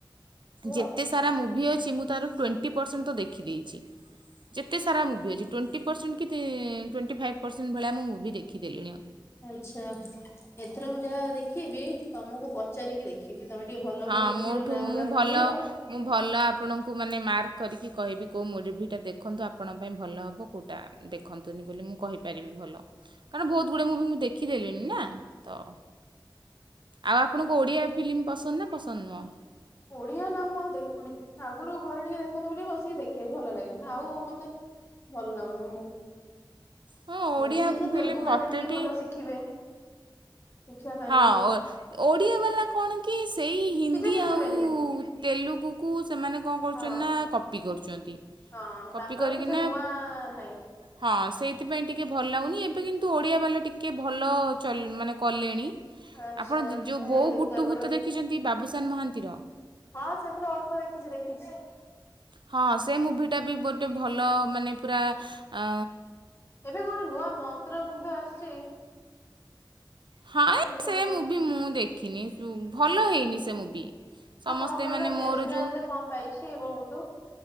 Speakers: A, on the left; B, on the right.
A: କୁହ।
B: ଯେତେ ସାରା ମୁଭି ଅଛି ମୁଁ ତାର ଟ୍ୱେଣ୍ଟି ପରସେଣ୍ଟ ତ ଦେଖିଦେଇଚି। ଯେତେ ସାରା ମୁଭି ଅଛି ଟ୍ୱେଣ୍ଟି ପରସେଣ୍ଟ କି ତି ଟ୍ୱେଣ୍ଟି ଫାଇଭ୍ ପରସେଣ୍ଟ ଭଳିଆ ମୁଁ ମୁଭି ଦେଖିଦେଲିଣି।
A: ଆଚ୍ଛା ଏଥର ମୁଁ ଯାହା ଦେଖିବି ତମୁକୁ ପଚାରିକି ଦେ ଖିବି ତମେ ଟିକେ ଭଲ
B: ହଁ
A: ଭଲ ମୁଭିର
B: ମୋଠୁ
A: ନାଁ
B: ମୁଁ
A: ଗୁଡା
B: ଭଲ
A: କହିବ।
B: ମୁଁ ଭଲ ଆପଣଙ୍କୁ ମାନେ ମାର୍କ କରିକି କହିବି କୋଉ ମୁର୍ଭିଟା ଦେଖନ୍ତୁ ଆପଣଙ୍କ ପାଇଁ ଭଲ ହବ କୋଉଟା ଦେଖନ୍ତୁନି ବୋଲି ମୁଁ କହିପାରିବି ଭଲ କାରଣ ବହୁତ ଗୁଡେ ମୁଭି ମୁଁ ଦେଖି ଦେଲିଣି ନା। ତ ଆଉ ଆପଣଙ୍କୁ ଓଡ଼ିଆ ଫିଲ୍ମ ପସନ୍ଦ ନା ପସନ୍ଦ ନୁହଁ?
A: ଓଡିଆ ନା ମୁଁ ଆଉ ଦେଖୁନି ଆଗୁରୁ ଘରେ ଟିକେ ଦେଖନ୍ତି ବୋଲି ବସିକି ଦେଖେ ଭଲ ଲାଗେ ଆଉ ମତେ ଭଲ ଲାଗୁନି
B: ହଁ ଓଡ଼ିଆ
A: ମୁଭି ଦେଖିବା
B: ଫିଲ୍ମ
A: ତେଲଗୁ
B: ମୋତେ
A: ବାଲା ଟିକେ
B: ବି
A: ଭଲ ଶିଖିବେ ଶିକ୍ଷା ପାଇବେ
B: ହଁ ଓଡ଼ିଆ ବାଲା କଣ କି ସେଇ ହିନ୍ଦୀ
A: କିଛି ଶିଖିବେନି
B: ଆଉ ତେଲୁଗୁକୁ ସେମାନେ କଣ କରୁଛନ୍ତି
A: ହଁ।
B: ନା କପି କରୁଛନ୍ତି।
A: ହଁ
B: କପି
A: ତାଙ୍କର
B: କରିକିନା
A: କିଛି ନୂଆ ନାହିଁ।
B: ହଁ ସେଇଥିପାଇଁ ଟିକେ ଭଲ ଲାଗୁନି ଏବେ କିନ୍ତୁ ଓଡ଼ିଆ ବାଲା ଟିକେ ଭଲ ଚଲେ ମାନେ କଲେଣି।
A: ଆଚ୍ଛା
B: ଆପଣ ଯୋଉ ବୋଉ
A: ଯାଇ ଦେଖିବାକୁ
B: ବୁଟୁଭୂତ
A: ପଡିବ।
B: ଦେଖିଛନ୍ତି ବାବୁସାନ ମହାନ୍ତିର?
A: ହଁ ସେଥିରେ ଅଳ୍ପ ଦେଖିଛି ଦେଖିଛି।
B: ହଁ ସେ ମୁଭିଟା ବି ଗୋଟେ ଭଲ ମାନେ ପୁରା ଆ
A: ଏବେ କଣ ନୂଆ ମନ୍ତ୍ର ମୁଗ୍ଧ ଆସିଛି
B: ହଁ,
A: ସେଇଟା
B: ସେ ମୁଭି ମୁଁ ଦେଖିନି। ଭଲ ହେଇନି ସେ ମୁଭି। ସମସ୍ତେ
A: ହଉ କଣ କହିଲ?
B: ମାନେ
A: ନ୍ୟାସନାଲ
B: ମୋର ଯୋଉ
A: ରେ କଣ ପାଇଛି ବୋଉବୁଟୁ?